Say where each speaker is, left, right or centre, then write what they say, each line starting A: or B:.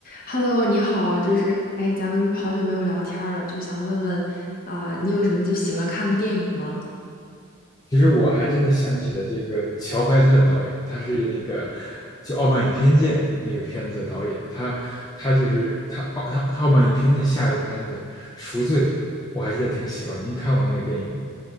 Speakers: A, on the left; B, on the left.
A: Hello，你好，就是哎，咱们好久没有聊天儿了，就想问问啊、你有什么就喜欢看的电影吗？
B: 其实我还真的想起了这个乔怀特导演，他是那个就《傲慢与偏见》那个片子的导演，他他就是他傲他他《傲慢与偏见》下一部片子《赎罪》，我还是挺喜欢。您看过那个电影吗？